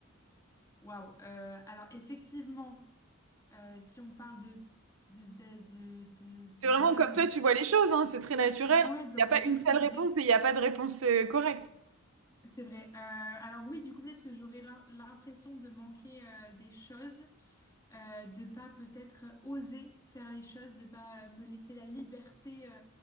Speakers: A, on the left (about 15°); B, on the right (about 70°).
A: Waouh. euh, alors, effectivement, euh, si on parle de, de, de, de, de- de
B: C'est vraiment
A: choses.
B: comme ça tu vois les choses, hein, c'est très naturel.
A: Ouais, ouais, bien
B: Il n'y a pas une
A: sûr,
B: seule
A: c'est
B: réponse
A: vrai.
B: et il n'y a pas de réponse euh, correcte.
A: C'est vrai. Euh, alors oui, du coup, peut-être que j'aurais l'im- l'impression de manquer euh, des choses, euh, de pas peut-être oser faire les choses, de pas euh, me laisser la liberté euh,